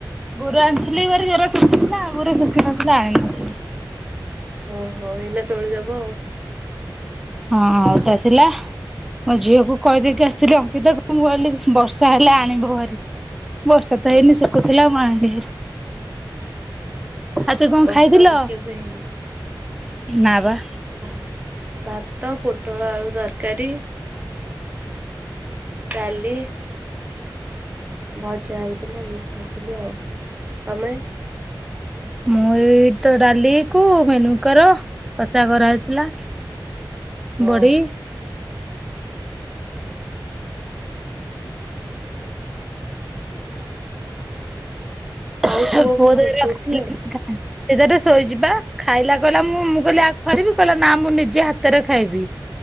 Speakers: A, in the centre; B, on the right.
A: ଗୋରୁ ଆଣିଥିଲି ଘ ଜର ଶୁଖିଥିଲା ଆଉ ଗୋରେ ଶୁଖ ନଥିଲା ଆଣିନଥିଲି।
B: ଓହୋ ଏଇନା ତୋଳି ଦବ ଆଉ।
A: ହଁଉଟା ଥିଲା ମୋ ଝିଅକୁ କହିଦେଇକି ଆସିଥିଲି ଅଙ୍କିତା କ ମୁଁ କହିଲି ବର୍ଷା ହେଲେ ଆଣିବ ଭାରି ବର୍ଷା ତ
B: ହଁ
A: ହେଇନି ଶୁଖୁଥିଲା ମୁଁ ଆଇୱଲି ଆଉ ତୁ କଣ
B: ବର୍ଷା
A: ଖାଇଥିଲ
B: ଭାଗ୍ୟକୁ ହେଇନି।
A: ନା ବା।
B: ଭା ଭାତ ପୋଟଳ ଆଳୁ ତରକାରୀ। ଚାଲି ଭଜା ହେଇଥିଲା ହେଇଥିଲି ଆଉ ତମେ
A: ମୁଁ ଏଇ ତ ଡାଲି କୁ ମେନୁଙ୍କର କଷା କରାହଇଥିଲା।
B: ହଁ
A: ବଢ଼ି। <inaudible>
B: ଆଉ ପୁଅ
A: ପୁଅଟତ
B: କଣ କରୁଛି
A: ରଖଥିଲେ।
B: ଉଠିଲାଣି?
A: ସିଏ ତାର ଶୋଇଛି ପା ଖାଇଲା କହିଲା ମୁଁ ମୁଁ କହିଲି ଆ ଖୁଆରିବି କହିଲ ନା ମୁଁ ନିଜେ ହାତରେ ଖାଇବି।